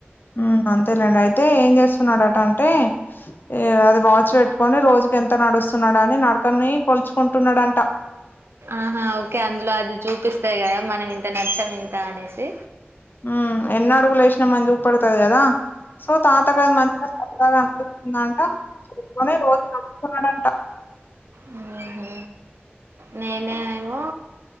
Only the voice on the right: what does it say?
ఆహా ఓకే అందులో అది చూపిస్తది కదా మనం ఇంత నదిచ్చాం ఇంత అనేసి
మ్ హు నేనే ఏమో